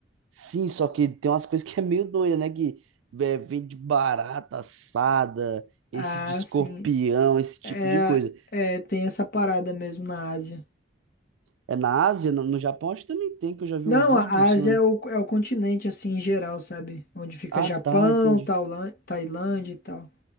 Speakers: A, on the right; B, on the left.
A: sim, só que tem umas coisas que é meio doida, né? Que é, vende barata assada, esse
B: Ah,
A: de escorpião,
B: sim.
A: esse tipo
B: É,
A: de coisa.
B: é, tem essa parada mesmo na Ásia.
A: É na Ásia, no, no Japão, acho que também tem, que eu já vi
B: Não,
A: um vídeo,
B: a
A: se
B: Ásia
A: eu não...
B: é o, é o continente, assim, em geral, sabe? Onde fica
A: Ah,
B: Japão,
A: tá, entendi.
B: Tailã- Tailândia e tal.